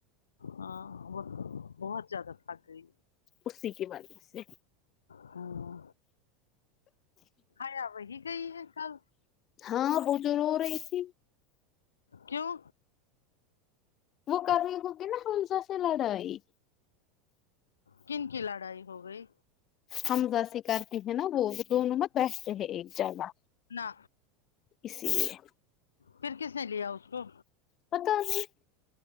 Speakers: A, on the left (about 80°); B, on the left (about 40°).
A: ہاں وه بہت زیادہ تھک گئی
B: اسی کے وجہ سے
A: ہوں حیا وہی گئی ہے کل
B: ہاں ب جو رو رہی تھی
A: کیوں
B: وہ کبھی ہوگی نہ حمزہ سے لڑائی
A: کن کی لڑائی ہو گئی
B: حمزہ سے کرتی ہیں نا وہ دونوں میںت بیٹھتے ہیں ایک جگہ
A: نہ
B: اسی لیے
A: پھر کس نے لیا اس کو
B: پتا نہیں